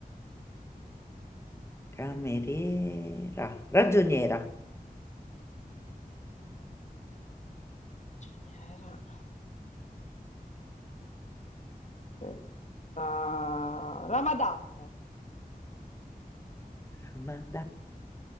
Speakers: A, on the left (about 15°); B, on the left (about 50°).
A: cameriera, ragioniera.
B: Giornaliera. Eh, Ramadan. <laughs> Ah, la Madame.
A: Ramanda-